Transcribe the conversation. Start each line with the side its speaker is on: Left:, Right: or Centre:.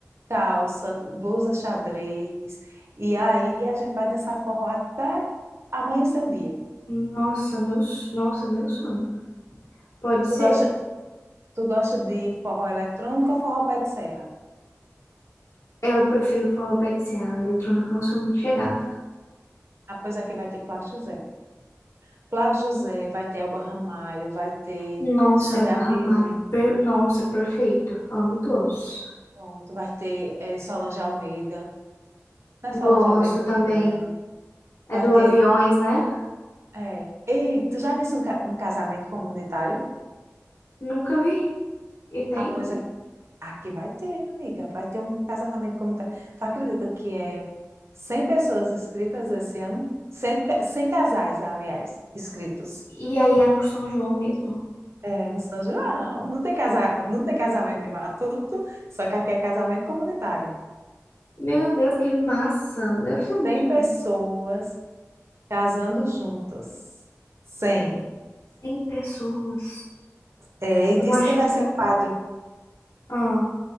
Right: calça, blusa xadrez. E aí a gente vai dançar forró até amanhecer o dia.
Left: Nossa, meu, s- nossa, meu sonho. Pode ser?
Right: Tu gosta, tu gosta de forró eletrônico ou forró pé de serra?
Left: Eu prefiro o forró pé de serra, eletrônica eu não sou muito chegada.
Right: Ah, pois aqui vai ter Flávio José. Flávio José, vai ter Elba Ramalho, vai ter
Left: Nossa,
Right: Xande
Left: é o Barra
Right: Avião,
Left: Malha. Per- Nossa, perfeito. Amo todos.
Right: pronto, vai ter eh, Solange Almeida. Não é
Left: Gosto
Right: Solange Almeida o
Left: também.
Right: nome dela.
Left: É
Right: Vai
Left: do
Right: ter.
Left: Aviões, né?
Right: É. Ei, tu já viste um, ca- um casamento comunitário?
Left: Nunca vi. E tem,
Right: Ah, pois
Left: né?
Right: aqui, aqui vai ter, amiga. Vai ter um casamento comunitário. Tu acredita que é 100 pessoas inscritas esse ano? 100, ca- 100 casais, aliás, inscritos.
Left: E aí é no São João mesmo.
Right: É, no São João. Não tem, casa, não tem casamento de matuto, só que aqui é casamento comunitário.
Left: Meu Deus, que massa! Deve ser muito
Right: 100 pessoas
Left: bom.
Right: casando juntas. 100.
Left: 100 pessoas.
Right: É, e
Left: Eu
Right: disse
Left: acho
Right: quem vai
Left: muito
Right: ser o
Left: legal.
Right: padre, o
Left: Ah,